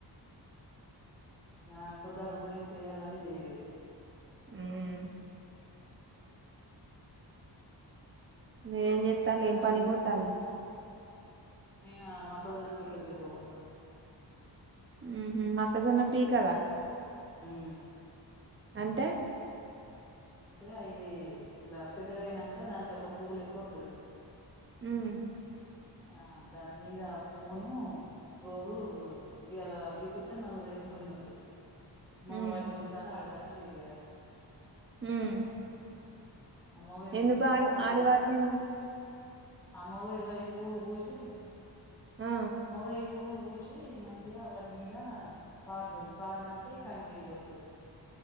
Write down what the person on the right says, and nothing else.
హుమ్ మీరేం చెత్తల
ఏం పని పోతర్రు
హుమ్ హు మొక్కజన్న పీకలా
అంటే
మ్
ఉమ్
మ్
ఎందుకు
ఆడ
ఆడివాటిని
ఆ!